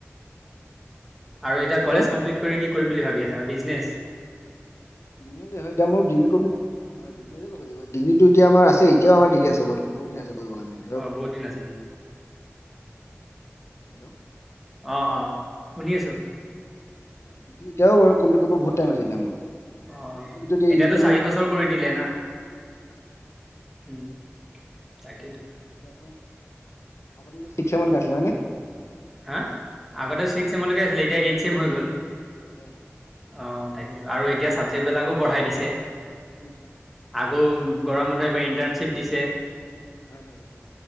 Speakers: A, in the centre; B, on the left (about 70°).
A: আৰু এতিয়া
B: হেল্ল'
A: কলেজ কমপ্লিট কৰি কি কৰিম বুলি ভাবি আছা ব্ৰিজনেচ
B: হয়, এতিয়া মোৰ বিহুৰ কাপোৰ হয় ব্ৰিজনেচো কৰিব লাগিব ডিগ্ৰী টো এতিয়া আমাৰ আছে এতিয়াও আমাৰ ডিগ্ৰীৰ আছে, এতিয়াও বহুত দিন আছে কৰিব কাৰণে। ধৰক
A: অ' বহুত দিন আছে নেকি।
B: হেল্ল'
A: অ' অ' শুনি আছো।
B: ডিগ্ৰ্যএতিয়াও আৰু কৰিম বুলি কৰিব বহুত টাইম আছে এতিয়া মোৰ বহুত।
A: অ
B: আজিকালি যদি
A: এতিয়াতো
B: <unintelligible>
A: চাৰি বছৰ কৰি দিলে না উম তাকেইতো
B: তাৰপিছত পিছত এতিয়া আকৌ আগতে বোলে <unintelligible>
A: হা আগতে ছিক্স চেমলৈকে আছিলে। এতিয়া এইট চেম হৈ
B: হয়
A: গ'ল
B: হয় হয়
A: অ' তাকে টো আৰু এতিয়াতো চাবজেক্টবিলাকো বঢ়াই দিছে।
B: <unintelligible>
A: আগৌ গৰম মানুহ এইবাৰ ইণ্টাৰ্ণশ্বিপ দিছে।
B: হয়, হয়, দিছে।